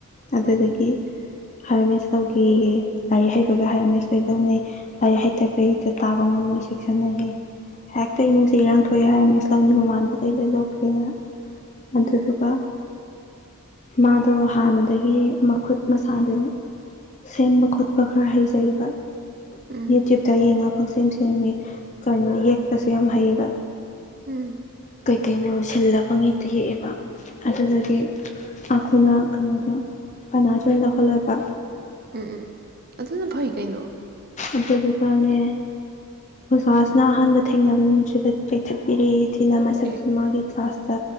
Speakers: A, on the left; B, on the right.
A: ꯑꯗꯨꯗꯒꯤ
B: ꯎꯝ
A: ꯍꯥꯔꯃꯦꯁ ꯂꯧꯧꯒꯦꯌꯦ ꯂꯥꯏꯔꯤꯛ ꯍꯩꯕꯒ
B: ꯎꯝ
A: ꯍꯥꯏꯔꯦꯝꯃꯦꯁꯇꯣꯏ ꯂꯧꯅꯩ ꯂꯥꯏꯔꯤꯛ ꯍꯩꯇꯕ ꯍꯗ ꯇꯥꯕ ꯉꯝꯃꯣꯏ ꯆꯦꯛꯁꯤꯟꯅꯑꯌꯦ ꯍꯦꯛꯇ ꯏꯃꯨꯡꯁꯦ ꯏꯔꯥꯡ ꯊꯣꯛꯑꯦ ꯍꯥꯏꯔꯥꯃꯦꯁ ꯂꯧꯅꯤ ꯃꯃꯥꯟꯕ ꯀꯩ ꯂꯣꯏ ꯂꯧꯈ꯭ꯔꯦꯅ ꯑꯗꯨꯗꯗꯨ
B: ꯎꯝ
A: ꯀ ꯃꯥꯗꯣ ꯍꯥꯟꯅꯗꯒꯤ ꯃꯈꯨꯠ ꯃꯁꯥꯗꯣ ꯁꯦꯝꯕ ꯈꯣꯠꯄ ꯈꯔ ꯍꯩꯖꯩꯑꯕ
B: ꯎꯝ
A: ꯌꯨꯇꯨꯕ ꯇ ꯌꯦꯡꯉ ꯁꯦꯝ ꯁꯦꯝꯃꯦ ꯀꯩꯅꯣ ꯌꯦꯛꯄꯁꯨ ꯌꯥꯝ ꯍꯩꯌꯦꯕ
B: ꯎꯝ
A: ꯀꯩꯀꯩꯅꯣ ꯁꯤꯜꯂ ꯐꯉꯦꯛꯇ ꯌꯦꯛꯑꯦꯕ ꯑꯗꯨꯗꯒꯤ ꯑꯩꯈꯣꯏꯅ ꯀꯩꯅꯣꯗꯣ ꯐꯥꯏꯅꯥꯟꯁ ꯑꯣꯏꯅ ꯂꯧꯍꯜꯂꯕ
B: ꯎꯝ ꯎꯝ ꯑꯗꯨꯅ ꯐꯩ ꯀꯩꯅꯣ
A: ꯑꯗꯨꯗꯨꯒꯅꯦ ꯑꯣꯖꯥꯁꯤꯅ ꯑꯍꯥꯟꯕ ꯊꯦꯡꯅꯕ ꯅꯨꯃꯤꯠꯁꯤꯗ ꯆꯦꯛꯊꯠꯄꯤꯔꯛꯦ ꯊꯤꯅ
B: ꯏ
A: ꯃꯥꯒꯤ ꯀ꯭ꯂꯥꯁ